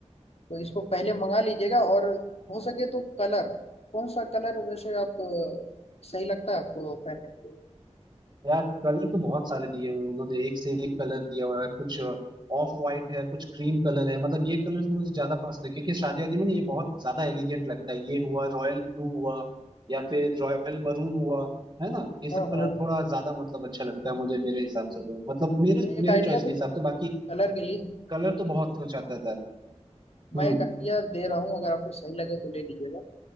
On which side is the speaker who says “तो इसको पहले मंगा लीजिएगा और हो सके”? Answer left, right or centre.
Left